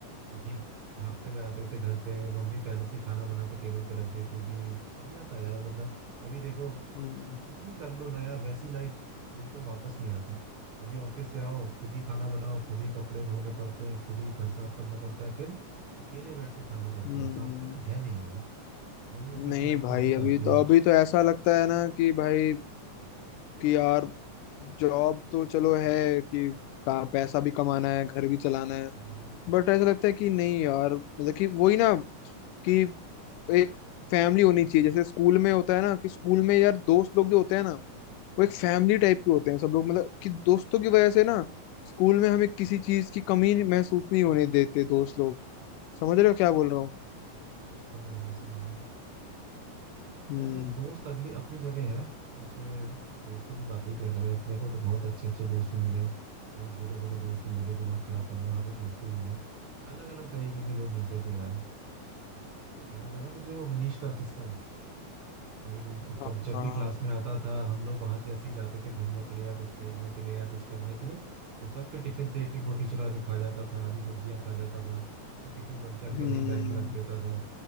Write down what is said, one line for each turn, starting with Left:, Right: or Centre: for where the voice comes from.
Right: भाई भागते हुए आते थे घर पे मम्मी पहले से ही खाना बना के टेबल पे रख देती थी बढ़िया था यार मतलब अभी देखो
Left: हम्म
Right: कुछ भी कर लो ना यार वैसी लाइफ बिल्कुल वापस नहीं आती अभी ऑफिस से आओ खुद ही खाना बनाओ खुद ही कपड़े धोने पड़ते हैं खुद ही घर साफ करना पड़ता है फिर अकेले बैठ के खाना पड़ता
Left: हम्म,
Right: है साथ में कोई है नहीं यार मम्मी पापा
Left: नहीं
Right: की याद
Left: भाई
Right: तो बहुत
Left: अभी
Right: आती
Left: तो
Right: है
Left: अभी तो ऐसा लगता है ना कि भाई कि यार जॉब तो चलो है कि का- पैसा भी कमाना है घर भी चलाना है
Right: हाँ,
Left: बट ऐसा लगता है कि नहीं यार मतलब कि वही ना कि एक फैमिली होनी चाहिए जैसे स्कूल में होता है ना कि स्कूल में यार दोस्त लोग जो होते हैं ना वो एक फैमिली टाइप के होते हैं सब लोग मतलब कि दोस्तों की वजह से ना स्कूल में हमें किसी चीज की कमी नहीं- महसूस नहीं होने देते दोस्त लोग समझ रहे हो क्या बोल रहा हूँ
Right: वो समझ रहा हूँ समझ रहा हूँ।
Left: हम्म
Right: यार एक दोस्त अगली अपनी जगह है वैसे दोस्तों की बात ही क्या करें अपने को तो बहुत अच्छे अच्छे दोस्त भी मिले बहुत बुरे बुरे दोस्त भी मिले दिमाग खराब करने वाले दोस्त भी मिले अलग अलग तरीके के लोग मिलते थे यार याद है ना तुझे वो मनीष का किस्सा भाई रू
Left: हाँ
Right: कब जब
Left: हाँ,
Right: भी क्लास में आता था हम लोग बाहर जैसे ही जाते थे घूमने के लिए या कुछ खेलने के लिए या कुछ करने के लिए वो सबके टिफिन से एक एक रोटी चुरा के खा जाता था आधी सब्जियां खा जाता था फिर टिफिन बंद करके
Left: हम्म
Right: वहीं बैग में रख देता था